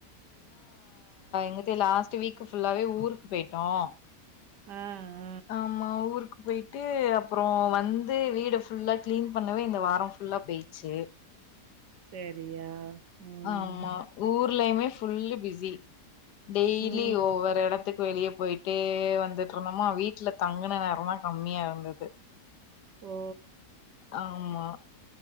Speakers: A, on the left; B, on the right.
A: நேத்தி லாஸ்ட் வீக் ஃபுல்லாவே ஊருக்கு போயிட்டோம்
B: அஹ்
A: ஆமா ஊருக்கு போய்ட்டு அப்புறோ வந்து வீடு ஃபுல்லா கிளீன் பண்ணவே இந்த வாரம் ஃபுல்லா போய்ச்சு
B: சரியா ம்
A: ஆமா ஊர்லயுமே ஃபுல்லி பிஸி டெய்லி
B: ம்
A: ஒவ்வொரு எடத்துக்கு வெளியேப் போயிட்டே வந்துட்டிருந்தோமா வீட்ல தங்குன நேரல்லா கம்மியா இருந்தது
B: ஓ
A: ஆமா